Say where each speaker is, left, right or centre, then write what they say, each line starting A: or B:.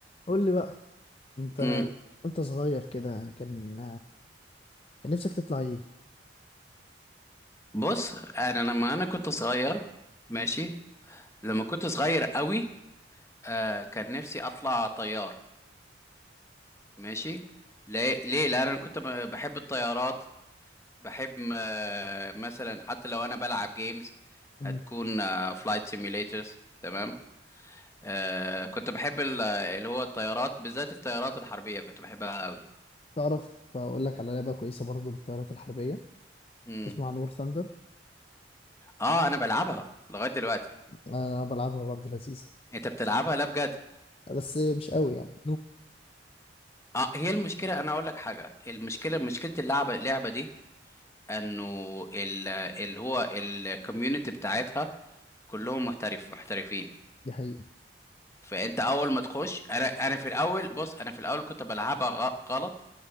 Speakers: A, on the left; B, on the left.
A: قول لي بقى انت
B: امم
A: وانت صغير كده كان كان نفسك تطلع ايه
B: بص انا لما انا كنت صغير ماشي لما كنت صغير قوي آه كان نفسي اطلع طيار ماشي ليه ليه لان انا كنت ب- بحب الطيارات بحب آه مثلا حتى لو انا بلعب جيمز
A: مم.
B: هتكون آه فلايت سيميوليترز تمام آه كنت بحب ال- اللي هو الطيارات بالذات الطيارات الحربية كنت بحبها قوي
A: تعرف اقول لك على لعبه كويسه برضو للطيارات الحربيه
B: امم
A: اسمها نور ثاندر
B: اه انا بلعبها لغاية دلوقتي
A: انا بلعبها برضو لذيذه
B: انت بتلعبها لا بجد
A: بس مش قوي يعني
B: اه هي المشكله انا اقول لك حاجه المشكله مشكله اللعبه اللعبه دي انه ال- اللي هو الكوميونتي بتاعتها كلهم محترف محترفين
A: دي حقيقه
B: فانت اول ما تخش انا انا في الاول بص انا في الاول كنت بلعبها غ- غلط